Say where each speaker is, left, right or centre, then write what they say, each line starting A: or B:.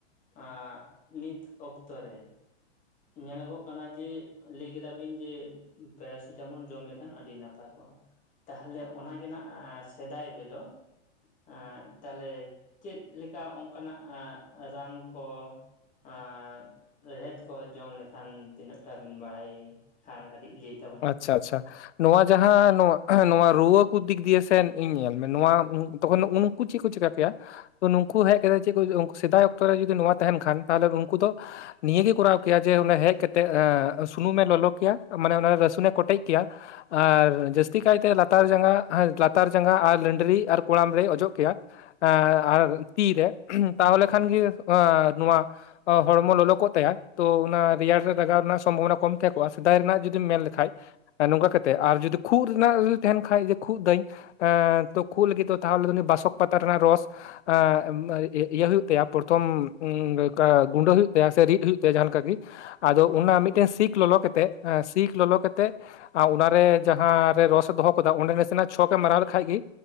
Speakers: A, on the left; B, on the left.
A: ᱟᱸ ᱱᱤᱛ ᱚᱠᱛᱚ ᱨᱮ ᱧᱮᱞᱚᱜᱚᱜ ᱠᱟᱱᱟ ᱡᱮ ᱞᱟᱹᱭ ᱠᱮᱫᱟ ᱵᱤᱱ ᱡᱮ ᱯᱮᱨᱟᱥᱤᱴᱟᱢᱚᱞ ᱡᱚᱢ ᱞᱮᱠᱷᱟᱱ ᱟᱹᱰᱤ ᱱᱟᱯᱟᱭ ᱠᱚᱜᱼᱟ ᱾ ᱛᱟᱦᱟᱞᱮ ᱚᱱᱟ ᱜᱮᱱᱟᱜ ᱟ ᱥᱮᱫᱟᱭ ᱨᱮᱫᱚ ᱮᱸ ᱛᱟᱦᱚᱞᱮ ᱪᱤᱫ ᱞᱮᱠᱟ ᱚᱱᱠᱟᱱᱟᱜ ᱟᱜ ᱨᱟᱱ ᱠᱚ ᱟᱸᱻ ᱨᱮᱦᱮᱫ ᱠᱚ ᱡᱚᱢ ᱞᱮᱠᱷᱟᱱ ᱛᱤᱱᱟᱹᱜ ᱴᱟᱜ ᱵᱤᱱ ᱵᱟᱲᱟᱭ ᱠᱷᱟᱱ ᱠᱟᱹᱴᱤᱡ ᱞᱟᱹᱭ ᱛᱟᱵᱚᱱ
B: ᱪᱷᱟ ᱟᱪᱪᱷᱟ ᱾ ᱱᱚᱣᱟ ᱡᱟᱦᱟᱸ ᱱᱚᱣᱟ ᱱᱚᱣᱟ ᱨᱩᱣᱟᱹ ᱠᱚ ᱫᱤᱠ ᱫᱤᱭᱮ ᱥᱮ ᱤᱧ ᱧᱮᱞ ᱢᱮ ᱱᱚᱣᱟ ᱛᱚᱠᱷᱚᱱ ᱫᱚ ᱩᱱᱠᱩ ᱪᱤᱜ ᱠᱩ ᱪᱤᱠᱟᱹ ᱠᱮᱭᱟ? ᱱᱩᱠᱩ ᱦᱮᱡ ᱠᱟᱛᱮ ᱪᱤᱜ ᱠᱩ ᱩᱱᱠᱩ ᱥᱮᱫᱟᱭ ᱚᱠᱛᱚ ᱨᱮ ᱡᱩᱫᱤ ᱱᱚᱣᱟ ᱛᱟᱦᱮᱱ ᱠᱷᱟᱱ ᱛᱟᱦᱚᱞᱮ ᱩᱱᱠᱩ ᱫᱚ ᱱᱤᱭᱟᱹ ᱜᱮ ᱠᱚᱨᱟᱣ ᱠᱮᱭᱟ ᱡᱮ ᱚᱱᱮ ᱦᱮᱡ ᱠᱟᱛᱮ ᱮᱸ ᱥᱩᱱᱩᱢ ᱮ ᱞᱚᱞᱚ ᱠᱮᱭᱟ ᱢᱟᱱᱮ ᱚᱱᱟ ᱨᱟ ᱥᱩᱱᱮ ᱠᱚᱴᱮᱡ ᱠᱮᱭᱟ ᱾ ᱟᱨ ᱡᱟᱹᱥᱛᱤ ᱠᱟᱭᱛᱮ ᱞᱟᱛᱟᱨ ᱡᱟᱸᱜᱟ ᱦᱟᱹ ᱞᱟᱛᱟᱨ ᱡᱟᱸᱜᱟ ᱟ ᱞᱟᱹᱰᱨᱤ ᱟᱨ ᱠᱚᱲᱟᱢ ᱨᱮᱭ ᱚᱡᱚᱜ ᱠᱮᱭᱟ ᱾ ᱮᱸ ᱟᱨ ᱛᱤ ᱨᱮ ᱛᱟᱦᱚᱞᱮ ᱠᱷᱟᱱ ᱜᱮ ᱟᱸ-ᱱᱚᱣᱟ ᱦᱚᱲᱢᱚ ᱞᱚᱞᱚ ᱠᱚᱜ ᱛᱟᱭᱟ ᱛᱚ ᱚᱱᱟ ᱨᱮᱭᱟᱲ ᱨᱮ ᱞᱟᱜᱟᱣ ᱨᱮᱱᱟᱜ ᱥᱚᱢᱵᱷᱚᱵᱚᱱᱟ ᱠᱚᱢ ᱛᱮᱦᱮᱸᱠᱚᱜᱼᱟ, ᱥᱮᱫᱟᱭ ᱨᱮᱱᱟᱜ ᱡᱩᱫᱤᱢ ᱢᱮᱱ ᱞᱮ ᱠᱷᱟᱱ ᱱᱚᱝᱠᱟ ᱠᱟᱛᱮ ᱟᱨ ᱡᱩᱫᱤ ᱠᱷᱩᱜ ᱨᱮᱱᱟᱜ ᱩᱫᱤ ᱛᱟᱦᱮᱱ ᱠᱷᱟᱡ ᱡᱮ ᱠᱷᱩᱜ ᱫᱟᱹᱧ ᱮᱸ ᱛᱚ ᱠᱷᱩᱜ ᱞᱤᱜᱤ ᱛᱚ ᱛᱟᱦᱚᱞᱮ ᱫᱚ ᱩᱱᱤ ᱟᱥᱚᱠ ᱯᱟᱛᱟ ᱨᱮᱱᱟᱜ ᱨᱚᱥ ᱮᱸᱜ ᱤᱭᱟᱹ-ᱤᱭᱟᱹ ᱦᱩᱭᱩᱜ ᱛᱟᱭᱟ ᱯᱨᱚᱛᱷᱚᱢ ᱩᱢ ᱞᱮᱠᱟ ᱜᱩᱸᱰᱟᱹ ᱦᱩᱭᱩᱜ ᱛᱟᱭᱟ ᱥᱮ ᱨᱤᱫ ᱦᱩᱭᱩᱜ ᱛᱟᱭᱟ ᱡᱟᱦᱟᱸ ᱞᱮᱠᱟ ᱜᱤ ᱾ ᱟᱫᱚ ᱚᱱᱟ ᱢᱤᱫᱴᱮᱱ ᱥᱤᱠ ᱞᱚᱞᱚ ᱠᱮᱛᱮᱜ ᱥᱤᱠ ᱞᱚᱞᱚ ᱠᱮᱛᱮᱜ ᱟ ᱚᱱᱟᱨᱮ ᱡᱟᱦᱟᱸ ᱨᱮ ᱨᱚᱥ ᱮ ᱫᱚᱦᱚ ᱠᱟᱫᱟ ᱚᱸᱰᱮ ᱱᱟᱥᱮᱱᱟᱜ ᱪᱷᱚᱠ ᱮ ᱢᱟᱨᱟᱣ ᱞᱮᱠᱷᱟᱡ ᱜᱤ